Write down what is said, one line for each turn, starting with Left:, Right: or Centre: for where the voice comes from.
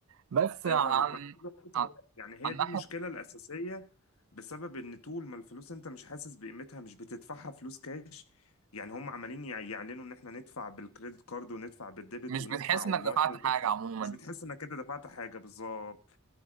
Right: بس
Left: ايوه
Right: عن
Left: فاهمك ما <laughs>
Right: عن
Left: يعني هي
Right: عن
Left: دي
Right: ناحيه
Left: المشكله الاساسيه بسبب ان طول ما الفلوس انت مش حاسس بقيمتها مش بتدفعها فلوس كاش يعني هم عمالين يع- يعلنوا ان احنا ندفع بالكريدت كارد وندفع بالديبت
Right: مش
Left: وندفع
Right: بتحس
Left: اونلاين
Right: انك دفعت
Left: وندفع
Right: حاجه عموما
Left: مش بتحس انك كده دفعت حاجه بالظبط